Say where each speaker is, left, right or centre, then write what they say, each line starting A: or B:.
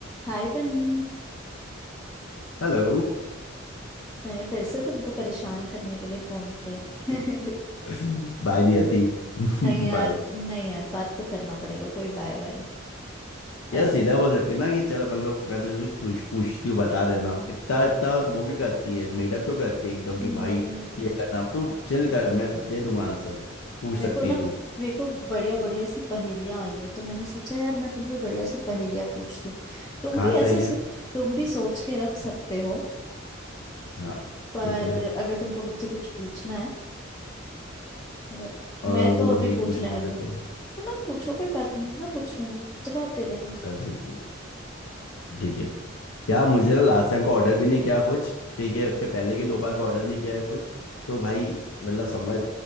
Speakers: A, on the left; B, on the left.
A: हाय बनी
B: Hello
A: मैंने फिर से तुमको परेशान करने के लिए फोन किया है
B: Bye <laughs> नहीं आती
A: <laughs>
B: <laughs>
A: नहीं यार
B: Bye
A: नहीं यार बात तो करना पड़ेगा कोई बाय बाय नहीं
B: यार
A: ऐसा
B: सीधा
A: नहीं होता
B: बोल सकती ना कि चल अपन लोग मैं तुझे कुछ पूछती हूँ बता देना इतना इतना वो क्यों करती है मेडअप क्यों करती है एकदम कि भाई
A: नहीं
B: ये करना तो चिल कर मैं दे दूंगा आंसर पूछ
A: मेरे
B: सकती
A: को ना
B: है तू
A: मेरे को बढ़िया बढ़िया सी पहेलियां आई है तो मैंने सोचा यार मैं तुमसे बढ़िया सी पहेलियां पूछती हूँ तुम
B: कहाँ
A: भी
B: से
A: ऐसे
B: आई
A: सो-
B: है
A: तुम भी सोच के रख सकते हो
B: हाँ
A: पर
B: ठीक है
A: अगर तुमको मुझसे कुछ पूछना है तो
B: और
A: मैं
B: अगर बोलो
A: तो अभी
B: नहीं
A: पूछने
B: पूछना
A: वाली
B: मुझे
A: हूँ
B: तो
A: तो मत पूछो कोई बात नहीं मैं पूछ लूंगी जवाब दे देना
B: चल ठीक है पूछ ठीक है यार
A: <laughs>
B: मुझे ना लास्ट टाइम का ऑर्डर भी नहीं किया कुछ ठीक है उसके पहले के दो बार का ऑर्डर नहीं किया है कुछ तो भाई मतलब समझ